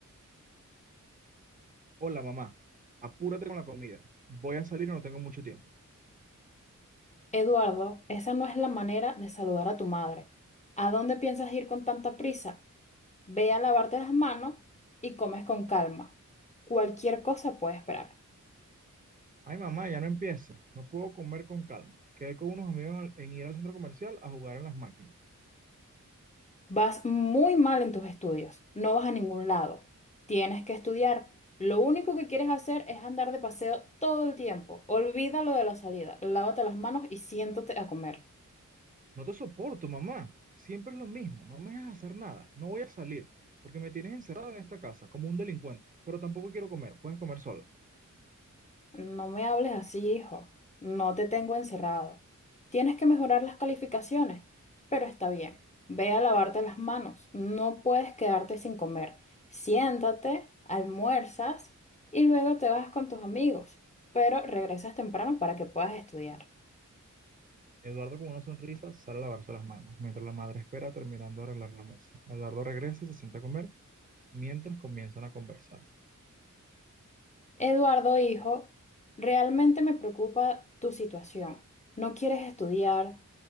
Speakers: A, on the right; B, on the left.
A: Hola, mamá. Apúrate con la comida. Voy a salir y no tengo mucho tiempo.
B: Eduardo, esa no es la manera de saludar a tu madre. ¿A dónde piensas ir con tanta prisa? Ve a lavarte las manos y comes con calma. Cualquier cosa puede esperar.
A: Ay, mamá, ya no empieces. No puedo comer con calma. Quedé con unos amigos en al- en ir al centro comercial a jugar en las máquinas.
B: Vas muy mal en tus estudios, no vas a ningún lado. Tienes que estudiar. Lo único que quieres hacer es andar de paseo todo el tiempo. Olvídalo de la salida. Lávate las manos y siéntate a comer.
A: No te soporto, mamá. Siempre es lo mismo. No me dejas hacer nada. No voy a salir porque me tienes encerrado en esta casa como un delincuente. Pero tampoco quiero comer. Puedes comer sola.
B: No me hables así, hijo. No te tengo encerrado. Tienes que mejorar las calificaciones, pero está bien. Ve a lavarte las manos. No puedes quedarte sin comer. Siéntate, almuerzas y luego te vas con tus amigos, pero regresas temprano para que puedas estudiar.
A: Eduardo con una sonrisa sale a lavarse las manos, mientras la madre espera terminando de arreglar la mesa. Eduardo regresa y se sienta a comer mientras comienzan a conversar.
B: Eduardo, hijo, realmente me preocupa tu situación. No quieres estudiar,